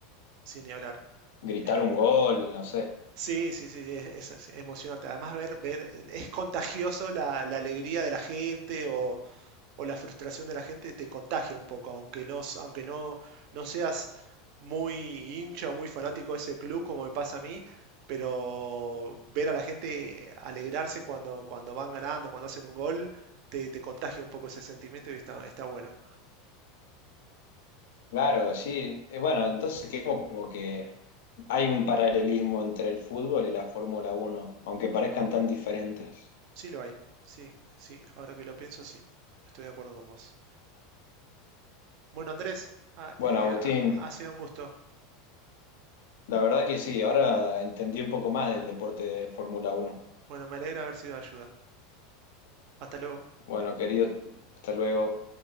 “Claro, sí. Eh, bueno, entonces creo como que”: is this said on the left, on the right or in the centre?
Left